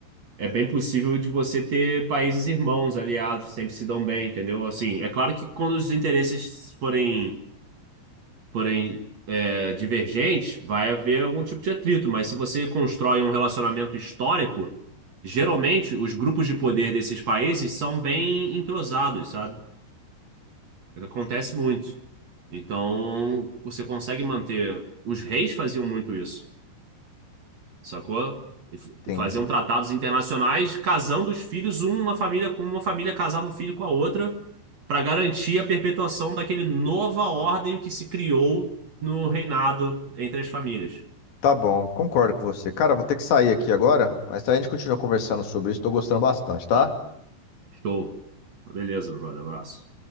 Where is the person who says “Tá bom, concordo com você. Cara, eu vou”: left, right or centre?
Left